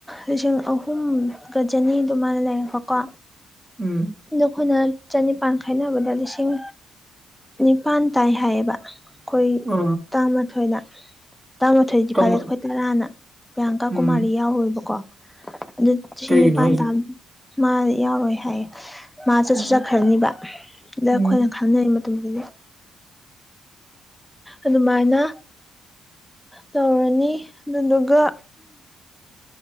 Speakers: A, in the centre; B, on the right (about 20°).
A: ꯂꯤꯁꯤꯡ ꯑꯍꯨꯝꯒ ꯆꯅꯤ ꯑꯗꯨꯃꯥꯏꯅ ꯂꯩꯔꯦꯕꯀꯣ
B: ꯎꯝ
A: ꯑꯗꯣ ꯑꯩꯈꯣꯏꯅ ꯆꯅꯤꯄꯥꯟ ꯈꯥꯏꯅꯕꯗ ꯂꯤꯁꯤꯡ ꯅꯤꯄꯥꯟ ꯇꯥꯏ ꯍꯥꯏꯌꯦꯕ ꯈꯣꯏ
B: ꯑ
A: ꯇꯥꯃꯥꯊꯣꯏꯅ ꯇꯥꯃ ꯊꯣꯏꯗꯤ
B: ꯀꯃ
A: ꯐꯥꯗꯦ ꯈꯣꯏ ꯇꯔꯥꯅ ꯄ꯭ꯔꯤꯌꯥꯡꯀꯥ
B: ꯎꯝ
A: ꯀꯨꯃꯥꯔꯤ ꯌꯥꯎꯔꯣꯏꯕꯀꯣ ꯑꯗꯨ ꯆꯍꯤ
B: ꯀꯩꯒꯤꯅꯣ
A: ꯅꯤꯄꯥꯟ
B: ꯍꯥꯏꯁꯦ
A: ꯇꯥꯕ ꯃꯥ ꯌꯥꯎꯔꯣꯏ ꯍꯥꯏꯌꯦ ꯃꯥ ꯆꯠꯁꯨ
B: ꯎꯝ
A: ꯆꯠꯈ꯭ꯔꯅꯤꯕ ꯑꯗ
B: ꯎꯝ
A: ꯑꯈꯣꯏꯅ ꯈꯟꯅꯔꯤ ꯃꯇꯝꯗꯗꯤ ꯑꯗꯨꯃꯥꯏꯅ ꯇꯧꯔꯅꯤ ꯑꯗꯨꯗꯨꯒ